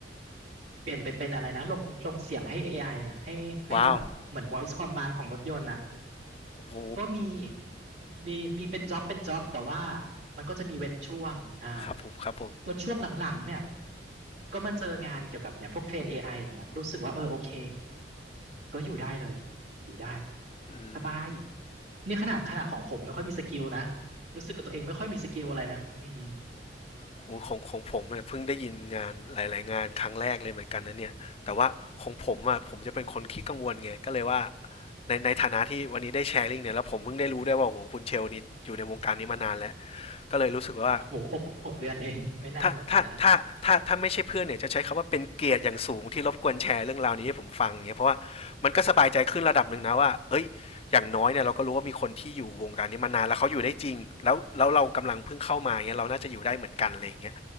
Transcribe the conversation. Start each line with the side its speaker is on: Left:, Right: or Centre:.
Right: เปลี่ยนไปเป็นอะไรนะลงลงเสียงให้ AI อไออ่ะให้ให้แบบเหมือน
Left: ว้าว
Right: voice command ของรถยนต์อ่ะ
Left: โอ้โห
Right: ก็มีมีมีเป็นจ็อบเป็นจ็อบแต่ว่ามันก็จะมีเว้นช่วงอ่า
Left: ครับผมครับผม
Right: จนช่วงหลังๆเนี่ยก็มาเจองานเกี่ยวกับเนี่ยพวกเทรน AI อไออย่างเงี้ยรู้สึกว่าเออโอเคก็อยู่ได้เลยอยู่ได้
Left: อืม
Right: สบายเนี่ยขนาดขนาดของผมไม่ค่อยมีสกิลนะรู้สึกกับตัวเองไม่ค่อยมีสกิลอะไรนะอืม
Left: โหของของผมเนี่ยเพิ่งได้ยินงานหลายๆงานครั้งแรกเลยเหมือนกันนะเนี่ยแต่ว่าของผมอ่ะผมจะเป็นคนขี้กังวลไงก็เลยว่าในในฐานะที่วันนี้ได้แชร์ลิงก์เนี่ยแล้วผมเพิ่งได้รู้ได้วยว่าโอ้โหคุณเชลนี่อยู่ในวงการนี้มานานแล้วก็เลยรู้สึกว่า
Right: โอ้โหหกหกเดือนเอง <laughs> ไม่นานหรอกไม่นาน
Left: ถ้าถ้าถ้าถ้าถ้าไม่ใช่เพื่อนเนี่ยจะใช้คำว่าเป็นเกียรติอย่างสูงที่รบกวนแชร์เรื่องราวนี้ให้ผมฟังเนี่ยเพราะว่ามันก็สบายใจขึ้นระดับหนึ่งนะว่าเอ้ยอย่างน้อยเนี่ยเราก็รู้ว่ามีคนที่อยู่วงการนี้มานานแล้วเขาอยู่ได้จริงแล้วแล้วเรากำลังเพิ่งเข้ามาเนี่ยเราน่าจะอยู่ได้เหมือนกันอะไรอย่างเงี้ย